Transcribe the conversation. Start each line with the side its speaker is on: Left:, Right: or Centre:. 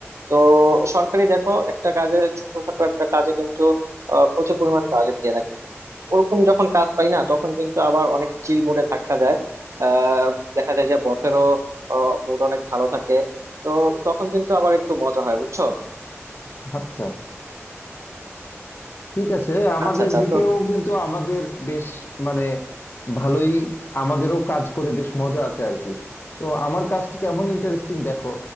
Right: তো সরকারি দেখো একটা কাজে ছোটখাটো একটা কাজে কিন্তু আহ, প্রচুর পরিমাণ বাজেট দিয়ে রাখে ওরকম যখন কাজ পাই না তখন কিন্তু আবার অনেক চিল মুডে থাকা যায় আহ দেখা যায় যে বসেরও মুড অনেক ভালো থাকে তো তখন কিন্তু আবার একটু মজা হয় বুঝছো
Left: আচ্ছা ঠিক আছে আমাদের
Right: আচ্ছা আচ্ছা
Left: দিকেও
Right: তো
Left: কিন্তু আমাদের বেশ মানে ভালোই আমাদেরও কাজ করে বেশ মজা আছে আর কি তো আমার কাজটা কেমন ইন্টারেস্টিং দেখো